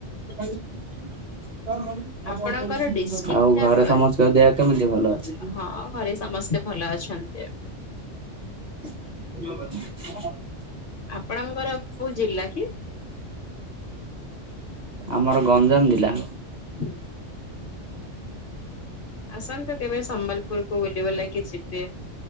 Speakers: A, on the right; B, on the left.
A: <inaudible>
B: ଆପଣଙ୍କର ଡିଷ୍ଟ୍ରିକ୍ଟ
A: ଆଉ ଘରେ
B: ଟା
A: ସମସ୍ତଙ୍କ ଦେହ କେମିତି ଭଲ ଅଛି?
B: ହଁ ଘରେ ସମସ୍ତେ ଭଲ ଅଛନ୍ତି।
A: <inaudible>
B: ଆପଣଙ୍କର କୋଉ ଜିଲ୍ଲା କି?
A: ଆମର ଗଞ୍ଜାମ ଜିଲ୍ଲା।
B: ହୁଁ। ଆସନ୍ତ ତୁ କେବେ ସମ୍ବଲପୁର କ ବୁଲିବୁଲା କିି ଯିବେ?